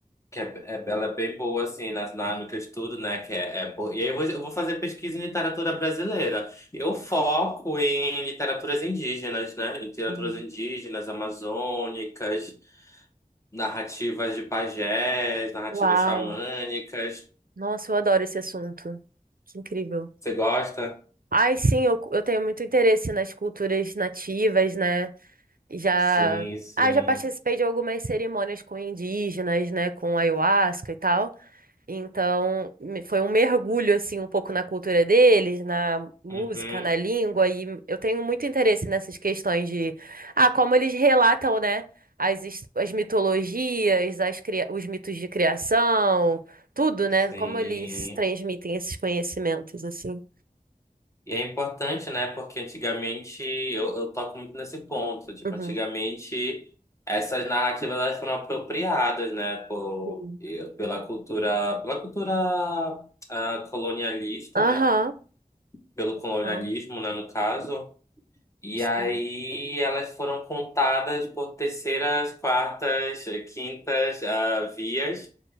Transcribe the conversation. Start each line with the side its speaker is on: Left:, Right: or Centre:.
Left: que é, é- ela é bem boa, assim, na, na- no que eu estudo, né? Que é, é bo- E aí eu vou, eu vou fazer pesquisa em literatura brasileira. Eu foco em literaturas indígenas, né? Literaturas
Right: Uhum.
Left: indígenas, amazônicas. Narrativas de pajés, narrativas
Right: Uau!
Left: xamânicas.
Right: Nossa, eu adoro esse assunto. Que incrível.
Left: Você gosta?
Right: Ai, sim, eu, eu tenho muito interesse nas culturas nativas, né? Já,
Left: Sim, sim.
Right: ah, já participei de algumas cerimônias com indígenas, né? Com ayahuasca e tal. Então, me- foi um mergulho assim um pouco na cultura deles, na música,
Left: Uhum,
Right: na língua e eu tenho muito interesse nessas questões de ah, como eles relatam, né, as, his- as mitologias, as, cria- os mitos de criação, tudo, né?
Left: sim.
Right: Como eles transmitem esses conhecimentos assim.
Left: E é importante, né? Porque antigamente eu, eu toco muito nesse ponto. Tipo,
Right: Uhum.
Left: antigamente essas narrativas elas foram apropriadas, né? Por,
Right: Sim.
Left: e- pela cultura, pela cultura ah, colonialista,
Right: Aham.
Left: né? Pelo
Right: Então,
Left: colonialismo, né? No caso. E
Right: sim,
Left: aí elas foram contadas por terceiras, quartas, quintas, ah, vias